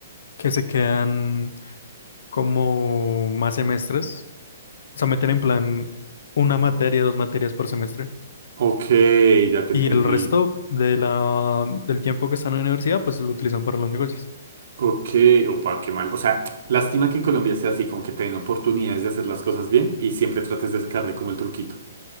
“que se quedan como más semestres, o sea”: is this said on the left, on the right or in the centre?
Left